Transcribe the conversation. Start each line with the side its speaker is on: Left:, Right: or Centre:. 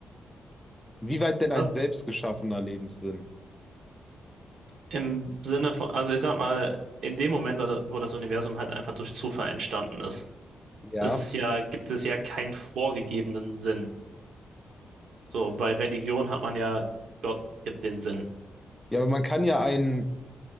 Centre: wie weit denn ein
Right: Was?
Centre: selbstgeschaffener Lebenssinn?
Right: Im Sinne von, also ich sag mal, in dem Moment, wo da- wo das Universum halt einfach durch Zufall entstanden ist,
Centre: Ja.
Right: ist ja, gibt es ja keinen vorgegebenen Sinn. So, bei Religion hat man ja, Gott gibt den Sinn.
Centre: Ja, aber man kann ja einen